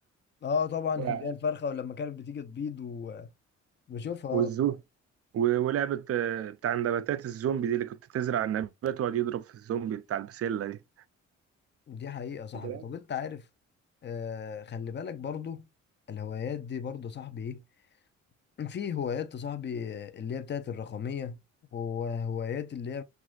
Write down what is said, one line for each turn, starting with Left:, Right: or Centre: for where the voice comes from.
Left: اه طبعا <laughs>
Right: و-
Left: اللي هي الفرخه ولما كانت بتيجي تبيض وبشوفها
Right: والزو
Left: اه
Right: و- ولعبه آه، بتاع نباتات الزومبي دي اللي كنت تزرع النبات ويقعد يضرب في الزومبي بتاع البسله دي
Left: دي حقيقه يا صاحبي
Right: فاكرها
Left: طب انت عارف آه خلي بالك برضو الهوايات دي برضو يا صاحبي ايه في هوايات يا صاحبي اللي هي بتاعت الرقمية وهوايات اللي هي